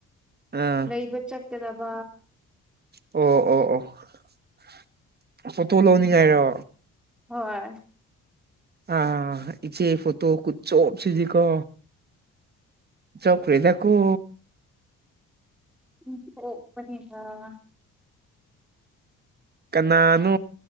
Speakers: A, on the right; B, in the centre.
A: ꯑꯥ
B: ꯂꯩꯕ ꯆꯠꯀꯗꯕ
A: ꯑꯣ ꯑꯣ ꯑꯣ ꯐꯣꯇꯣ ꯂꯧꯅꯤꯡꯉꯥꯏꯔꯣ
B: ꯍꯣꯏ
A: ꯑꯥ ꯏꯆꯦ ꯐꯣꯇꯣ ꯈꯨꯆꯣꯞ ꯁꯤꯗꯤ ꯀꯣ ꯆꯣꯞꯈ꯭ꯔꯦ ꯗꯒꯣ
B: ꯎ ꯑꯣꯄꯅꯤꯕ <inaudible>
A: ꯀꯅꯥꯅꯣ